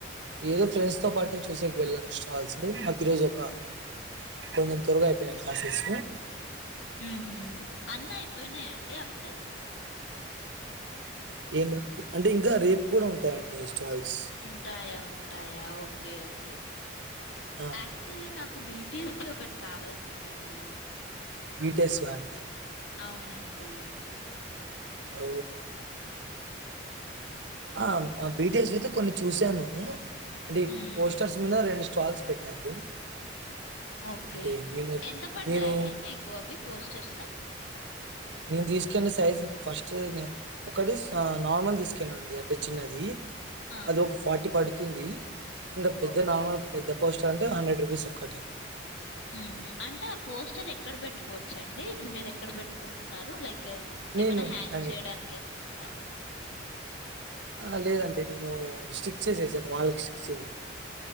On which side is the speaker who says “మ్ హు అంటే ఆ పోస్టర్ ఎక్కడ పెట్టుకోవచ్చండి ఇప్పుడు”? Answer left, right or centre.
Left